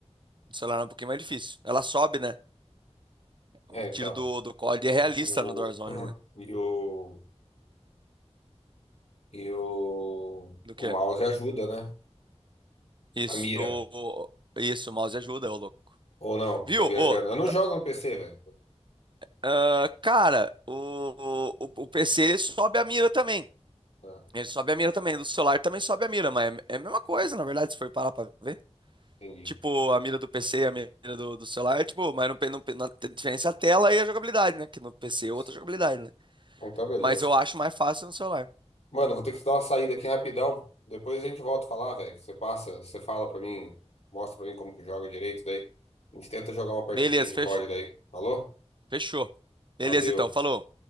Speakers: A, on the right; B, on the left.
A: No celular é um pouquinho mais difícil. Ela sobe, né? O
B: É,
A: tiro
B: então.
A: do, do COD
B: O,
A: é realista
B: o, o-
A: no Warzone,
B: <clears throat>
A: né?
B: e o, e o,
A: Do quê?
B: o mouse ajuda, né?
A: Isso,
B: A mira.
A: do. Isso, o mouse ajuda, ô louco.
B: Ou não?
A: Viu?
B: Tô viajando.
A: Ô,
B: Eu não
A: tá-
B: jogo no PC, velho.
A: ah, cara, o, o, o PC ele sobe a mira também.
B: Ah,
A: Ele sobe a mira também. Do celular também sobe a mira, mas é, é a mesma coisa, na verdade, se for parar pra ver.
B: entendi.
A: Tipo, a mira do PC e a mira do, do celular, tipo, mas no, pe- no, pe- na a diferença é a tela e a jogabilidade, né? Que no PC é
B: Sim.
A: outra jogabilidade, né?
B: Então, beleza.
A: Mas eu acho mais fácil no celular.
B: Mano, vou ter que dar uma saída aqui rapidão. Depois a gente volta a falar, velho. Você passa, você fala pra mim, mostra pra mim como que joga direito daí. A gente tenta jogar uma partidinha
A: Beleza,
B: de
A: fechou.
B: COD daí. Falou?
A: Fechou. Beleza,
B: Valeu.
A: então. Falou.